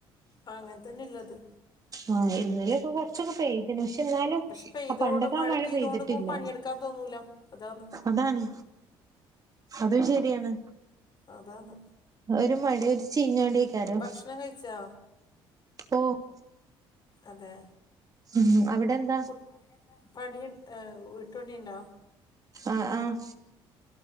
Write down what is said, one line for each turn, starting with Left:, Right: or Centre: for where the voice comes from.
Left: ആ അങ്ങൻ തന്നെള്ളത്
Right: ആ ഇന്നലൊക്കെ കുറച്ചൊക്കെ പെയ്ത്ണ് ന്നാലും
Left: പക്ഷെ പെയ്തോണ്ട്
Right: ആ പണ്ടൊക്കാ മഴ
Left: പെയ്തോണ്ട്
Right: പെയ്തിട്ടില്ല
Left: പണിയെടുക്കാൻ തോന്നൂല അതാന്ന്
Right: അതാണ്. അതും ശരിയാണ്
Left: അതാണ്‌
Right: ഒരു മഴ ഒരു ചീഞ്ഞോണ്ടയിക്കാരം
Left: ഭക്ഷണം കഴിച്ചാ
Right: ഓഹ്
Left: അതെ
Right: ഉം അവിടെ എ
Left: <unintelligible> പണി വീട്ടുപണിണ്ടോ
Right: ആഹ് ആഹ്